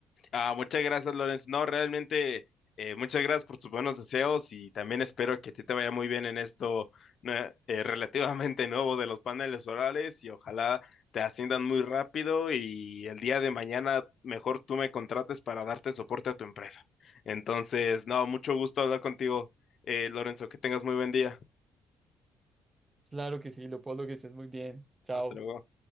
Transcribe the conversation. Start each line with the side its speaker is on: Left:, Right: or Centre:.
Left: Ah, muchas gracias, Lorenz. No, realmente, eh, muchas gracias por tus buenos deseos y también espero que a ti te vaya muy bien en esto ne- eh, relativamente <laughs> nuevo de los paneles orales y ojalá te asciendan muy rápido y el día de mañana mejor tú me contrates para darte soporte a tu empresa. Entonces, no, mucho gusto hablar contigo, eh, Lorenzo. Que tengas muy buen día.
Right: Claro que sí, Leopoldo, que estés muy bien. Chao.
Left: Hasta luego.